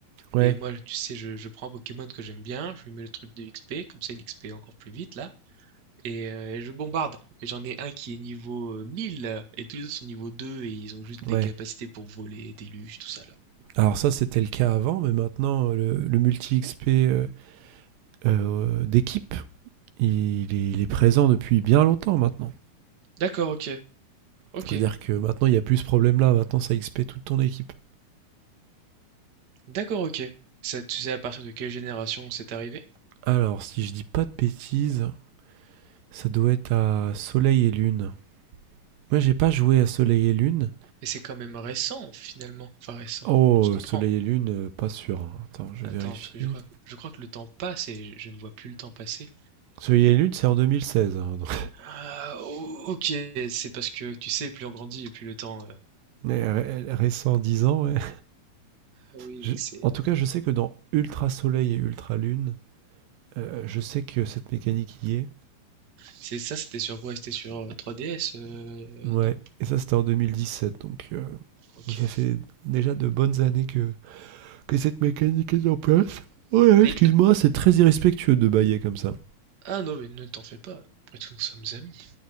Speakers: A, on the right (about 75°); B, on the right (about 60°).
A: Ouais,
B: Mais moi, tu sais, je, je prends un Pokémon que j'aime bien, je lui mets le truc de XP, comme ça il XP encore plus vite là. et, euh, et je bombarde. Et J'en ai un qui est niveau euh, 1000 et tous les autres sont niveau 2 et ils ont juste des
A: ouais.
B: capacités pour voler, déluge, tout ça là.
A: Alors ça, c'était le cas avant, mais maintenant, euh, le, le multi-XP euh, euh, d'équipe, il est, il est présent depuis bien longtemps maintenant.
B: D'accord, ok, ok,
A: C'est-à-dire que maintenant, il n'y a plus ce problème-là. Maintenant, ça XP toute ton équipe.
B: d'accord, ok. Ça, tu sais à partir de quelle génération c'est arrivé?
A: Alors, si je dis pas de bêtises, Ça doit être à Soleil et Lune. Moi, j'ai pas joué à Soleil et Lune.
B: Et c'est quand même récent finalement. Enfin récent,
A: Oh,
B: on se comprend.
A: Soleil et Lune, euh, pas sûr. hein. Attends, je
B: Attends,
A: vais vérifier.
B: parce que je crois je crois que le temps passe et je, je ne vois plus le temps passer.
A: Soleil et Lune, c'est en 2016. hein, donc-
B: Ah, ok, c'est parce que tu sais, plus on grandit et plus le temps. euh,
A: <laughs> Mais ré- récent, 10 ans, ouais. <laughs>
B: Ah oui,
A: Je-
B: mec, c'est.
A: En
B: euh,
A: tout cas, je sais que dans Ultra Soleil et Ultra Lune, euh, je sais que cette mécanique y est.
B: C'est ça, c'était sur quoi? C'était sur euh, 3DS, euh,
A: Ouais,
B: non?
A: et ça, c'était en 2017. Donc, euh,
B: Ok.
A: ça fait déjà de bonnes années que, que cette mécanique est en place. Ouais,
B: Mais
A: excuse-moi, c'est très irrespectueux de bailler comme ça.
B: Ah non, mais ne t'en fais pas. Après tout, nous sommes amis.